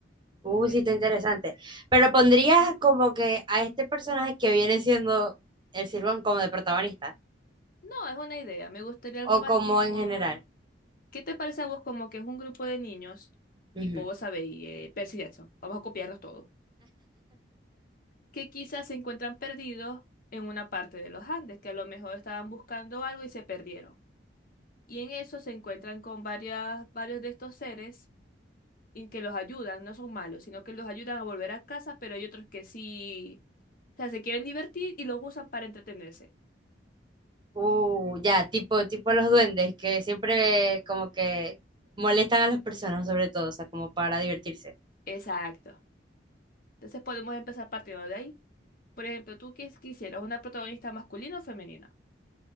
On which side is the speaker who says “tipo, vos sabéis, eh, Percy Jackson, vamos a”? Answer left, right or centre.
Left